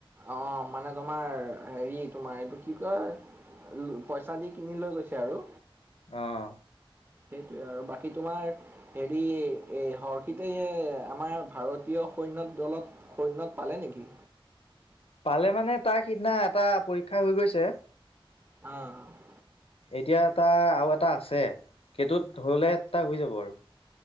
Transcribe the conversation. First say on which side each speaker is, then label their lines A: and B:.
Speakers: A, on the right; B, on the left.
A: অ', মানে তোমাৰ হেৰি, তোমাৰ এইটো কি কয়। পইচা দি কিনি লৈ গৈছে আৰু।
B: অ'।
A: সেইটোৱে আৰু বাকী তোমাৰ? হেৰি এ, হৰ্ষিতে আমাৰ ভাৰতীয় সৈন্য দলত সৈন্যত পালে নেকি?
B: পালে মানে তাৰ সিদিনা এটা পৰীক্ষা হৈ গৈছে।
A: অ'।
B: এতিয়া তা আৰু এটা আছে, সেইটোত হ'লে তা হৈ যাব আৰু।